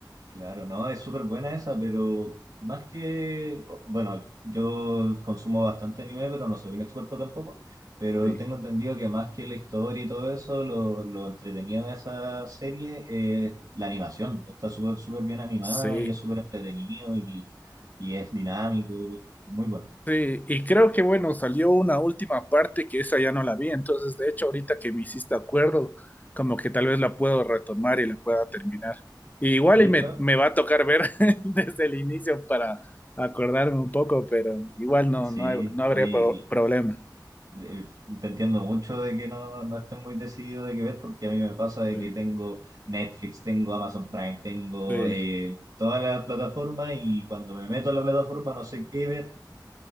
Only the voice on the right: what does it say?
Claro, no, es súper buena esa, pero más que, bueno, yo consumo bastante anime, pero no soy un experto tampoco, pero
tengo entendido que más que la historia y todo eso, lo, lo entretenido de esa serie es la animación. Está súper, súper bien animada
y es súper entretenido y, y es dinámico, muy bueno.
Sí,
claro.
Sí,
oye,
eh, te entiendo mucho de que no, no estés muy decidido de qué ver, porque a mí me pasa de
que tengo Netflix, tengo Amazon Prime, tengo
eh, todas las plataformas y cuando me meto a la plataforma no sé qué ver.